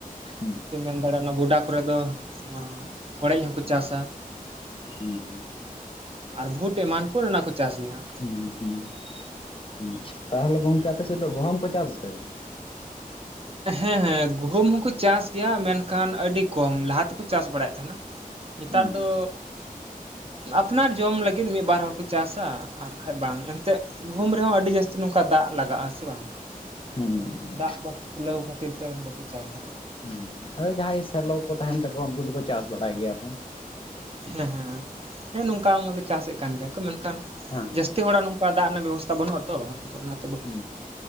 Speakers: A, on the left; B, on the right.
A: ᱦᱩᱸ
B: ᱥᱮᱢ ᱫᱟᱲᱮᱭᱟᱜ ᱚᱱᱟ ᱜᱳᱰᱟᱼᱼ ᱠᱚᱨᱮ ᱫᱚ ᱱᱚᱣᱟ ᱦᱚᱲᱮᱡ ᱦᱚᱸᱠᱚ ᱪᱟᱥᱟ᱾
A: ᱦᱩᱸ ᱦᱩᱸ᱾
B: ᱟᱨ ᱵᱷᱩᱴ ᱮᱢᱟᱱ ᱠᱚ ᱨᱮᱱᱟᱜ ᱠᱚ ᱪᱟᱥ ᱜᱮᱭᱟ ᱦᱟᱜ᱾
A: ᱦᱮᱸ ᱦᱮᱸ ᱦᱮᱸ ᱛᱟᱦᱚᱞᱮ ᱜᱚᱝᱠᱮ ᱟᱯᱮᱥᱮᱫ ᱫᱚ ᱜᱚᱦᱚᱢ ᱠᱚ ᱪᱟᱥ ᱟᱥᱮ ᱵᱟᱝ?
B: ᱦᱮᱸ ᱦᱮᱸ ᱜᱩᱦᱩᱢ ᱦᱚᱸᱠᱚ ᱪᱟᱥ ᱜᱮᱭᱟ ᱢᱮᱱᱠᱷᱟᱱ ᱟᱹᱰᱤ ᱠᱚᱢ ᱞᱟᱦᱟ ᱛᱮᱠᱚ ᱪᱟᱥ ᱵᱟᱲᱟᱭᱮᱫ ᱛᱟᱦᱮᱸᱱᱟ? ᱱᱮᱛᱟᱨ
A: ᱦᱩᱸ
B: ᱫᱚ ᱟᱯᱱᱟᱨ ᱡᱚᱢ ᱞᱟᱹᱜᱤᱫ ᱢᱤᱫ ᱵᱟᱨ ᱦᱚᱲ ᱠᱚ ᱪᱟᱥᱟ᱾ ᱟᱨᱠᱟᱠᱷᱟᱡ ᱵᱟᱝ ᱮᱱᱛᱮᱫ ᱜᱩᱦᱩᱢ ᱨᱮᱦᱚᱸ ᱟᱹᱰᱤ ᱡᱟᱹᱥᱛᱤ ᱱᱚᱝᱠᱟ ᱫᱟᱜ ᱞᱟᱜᱟᱜᱼᱟ ᱥᱮ ᱵᱟᱝ?
A: ᱦᱩᱸ
B: ᱟᱫᱚ
A: ᱦᱩᱸ
B: ᱫᱟᱜ ᱵᱟᱠᱚ ᱯᱷᱩᱞᱟᱹᱣ ᱠᱷᱟᱹᱛᱤᱨ ᱛᱮ ᱵᱟᱠᱚ ᱪᱟᱥᱫᱟ᱾
A: ᱦᱮᱸ ᱟᱫᱚ ᱡᱟᱦᱟᱸᱭ ᱜᱮ ᱥᱮᱞᱚ ᱠᱚ ᱛᱟᱦᱮᱱ ᱛᱟᱠᱚᱣᱟ ᱩᱱᱠᱩ ᱫᱚᱠᱚ ᱪᱟᱥ ᱵᱟᱲᱟᱭ ᱜᱮᱭᱟ ᱟᱨ ᱦᱚ᱾
B: ᱦᱮᱸ ᱦᱮᱸ ᱦᱮᱸ ᱱᱚᱝᱠᱟ ᱪᱟᱥᱮᱫ ᱠᱟᱱ ᱜᱮᱭᱟ ᱠᱚ ᱢᱮᱱᱠᱷᱟᱱ
A: ᱦᱮᱸ
B: ᱡᱟᱹᱥᱛᱤ ᱦᱚᱲᱟᱜ ᱱᱚᱝᱠᱟᱼᱼ ᱱᱚᱝᱠᱟ ᱫᱟᱜ ᱨᱮᱱᱟᱜ ᱵᱮᱵᱚᱥᱛᱟ ᱵᱟᱹᱱᱩᱜ ᱟᱛᱚ ᱟᱫᱚ ᱚᱱᱟᱛᱮᱼᱼ
A: ᱦᱩ